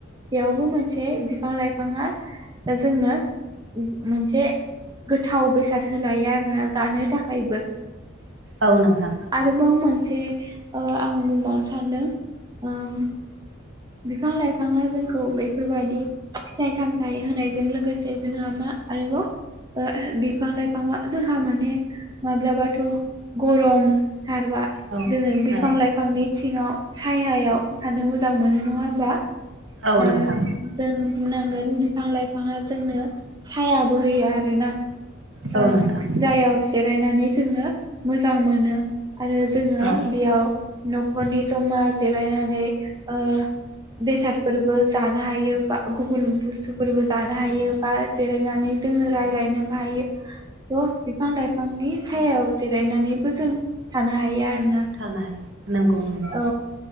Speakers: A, on the right; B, on the right.
A: बेयावबो मोनसे बिफां लाइफाङा जोंनो मोनसे गोथाव बेसाद होलायो आरोना जानो थाखायबो
B: औ नोंथां
A: आरोबाव मोनसे ओ आं बुंबावनो सानदों ओम बिफां लाइफाङा जोंखौ बेफोरबादि फिथाइ सामथाइ होनायजों लोगोसे जोंहा मा आरोबाव। ओ बिफां लाइफाङा जोंहा माने माब्लाबाथ' गरमथारबा
B: औ
A: जोङो बिफां
B: ओ
A: लाइफांनि सिङाव सायायाव थानो मोजां मोनो नङा होमबा।
B: औ
A: ओ
B: नोंथां
A: जों बुंनांगोन बिफां लाइफाङा जोंनो सायाबो होयो आरोना
B: औ
A: ओ
B: नोंथां
A: जायाव जिरायनानै जोङो मोजां मोनो आरो जोङो
B: औ
A: बेयाव न'खरनि जमा जिरायनानै ओ बेसाद फोरबो जानो हायो बा गुबुन बुस्थुफोरबो जानो हायो बा जिरायनानै जोङो रायलायनोबो हायो थ' बिफां लाइफांनि सायाव जिरायनानैबो जों थानो हायो आरोना
B: थानाय नंगौ नंगौ
A: औ